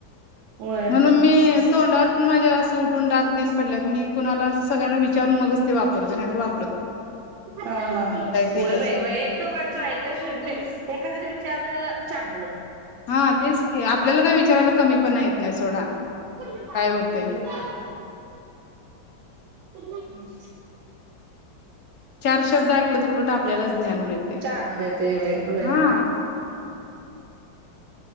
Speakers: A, on the right; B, on the left.
A: होय.
B: म्हणून मी तोंडावर पण माझ्या सूट डाग तेन पडल्यात मी कुणाला सगळ्यांना विचारून मगच ते वापरतोय नाही तर वापर
A: हा हा
B: ते
A: होय
B: कसं
A: बाई होय
B: आहे
A: एक दोघांचं ऐकलं शेट म एखाद्या विचार विचारलेलं चांगलं
B: हा तेच की आपल्याला काय विचारायला कमी पणा येत नाही सोडा
A: कुठली बात
B: काय होतय
A: हम्
B: चार शब्द ऐकलं तर उलट आपल्यालाच ज्ञान मिळतय.
A: चांग देते वेग वे
B: हा